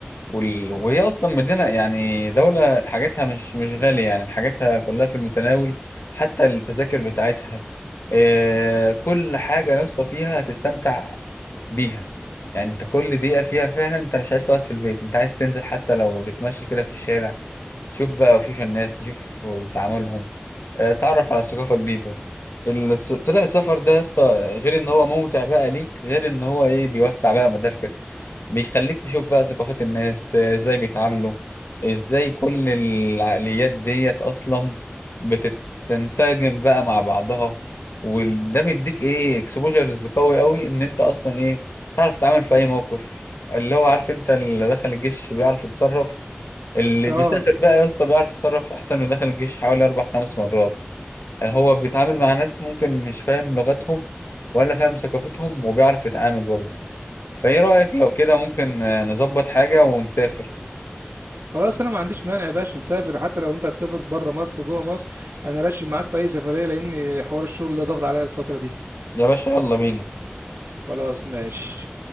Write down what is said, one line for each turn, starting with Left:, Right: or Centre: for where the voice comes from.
Left: وال... وهي اصلا مدينه يعني دوله حاجتها مش مش غاليه يعني حاجتها كلها في المتناول حتى التذاكر بتاعتها إيه... كل حاجه يا اسطى فيها هتستمتع بيها يعني انت كل دقيقه فيها فعلا انت مش عايز تقعد في البيت انت عايز تنزل حتى لو تتمشى كده في الشارع شوف بقى وشوش الناس تشوف تعاملهم آه، تعرف على ثقافة جديدة الس- طلع السفر ده يا اسطى غير ان هو ممتع بقى ليك غير ان هو ايه بيوسع بقى مداركك بيخليك تشوف بقى ثقافات الناس آه، ازاي بيتعاملوا ازاي كل العقليات ديت اصلا بتتنسجم بقى مع بعضها وده بيديك ايه اكسبوجرز قوي قوي ان انت اصلا ايه تعرف تتعامل في اي موقف اللي هو عارف انت اللي دخل الجيش بيعرف يتصرف اللي
Right: اه
Left: بيسافر بقى يا اسطى بيعرف يتصرف احسن ودخل الجيش حوالي اربع خمس مرات يعني هو بيتعامل مع ناس ممكن مش فاهم لغتهم ولا فاهم ثقافتهم وبيعرف يتعامل برضه فايه رأيك لو كده ممكن آه، نظبط حاجة ونسافر
Right: خلاص انا ما عنديش مانع يا باشا نسافر حتى لو انت هتسافر بره مصر جوه مصر انا راشي معاك في اي سفريه لان حوار الشغل ده ضغط عليا الفتره دي
Left: يا باشا يلا بينا
Right: خلاص ماشي